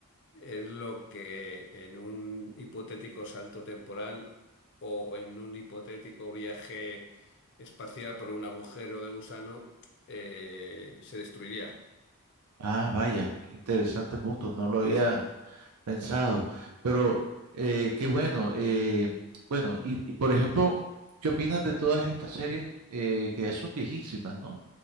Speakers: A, on the left; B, on the right.
A: es lo que en un hipotético salto temporal o en un hipotético viaje espacial por un agujero de gusano eh, se destruiría.
B: Ah, vaya, interesante punto, no lo había pensado. Pero eh, qué bueno. eh, bueno, y, y, por ejemplo, ¿qué opinas de todas estas series eh, que ya son viejísimas, ¿no?